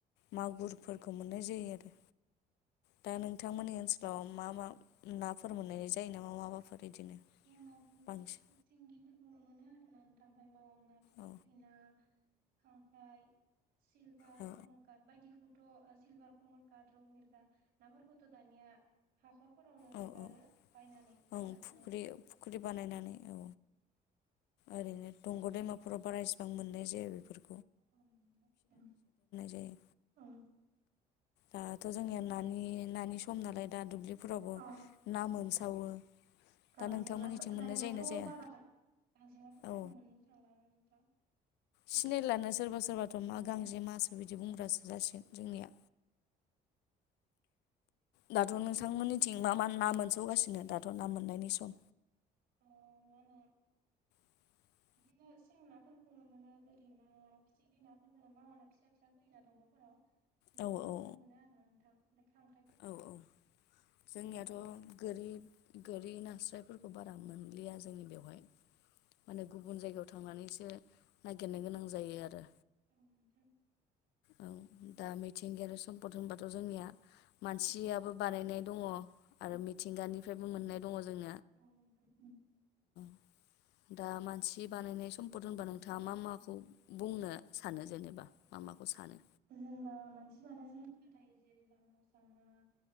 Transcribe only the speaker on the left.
मागुरफोरखौ मोननाय जायो आरो दा नोंथांमोननि ओनसोलाव मा मा नाफोर मोननाय जायो नामा माबाफोर? बिदिनो
बांसिन
औ
औ
औ
औ
ओं
फुख्रि फुख्रि बानायनानै औ ओरैनो दंग दैमाफोराव बाराएस मोननाय जाया बेफोर
जायो
दाथ जोंनिया नानि नानि सम नालाय दा दुब्लिफोराव
ना मोनसावो
दा नोंथांमोननिथिं मोननाय
जायोना जाया
औ
सिनायलानो सोरबा सोरबाथ मा
गांजेमासो बिदि बुंग्रासो जासिगोन जोंनिया दाथ नोंथांमोननिथिं मा मा ना मोनसावगासिनो दाथ ना मोननायनि सम?
<inaudible>
औ औ
औ औ जोंनियाथ
गोरि गोरि नास्रायफोरखौ बारा मोन थांलिया जोंनि बेवहाय
माने गुबुन जायगायाव थांनानैसो नागिरनो गोनां जायो आरो
औ दा मिथिंगायारि सम्पद होनबा थ जोंनिया मानसियाबो बानायनाय दङ
आरो मिथिंगानिफ्रायबो मोननाय दङ जों
<inaudible> दा मानसि बानायनाय सम्पद होनबा नोंथाङा मा माखौ बुंनो सानो जेनेबा मा माखौ? सानो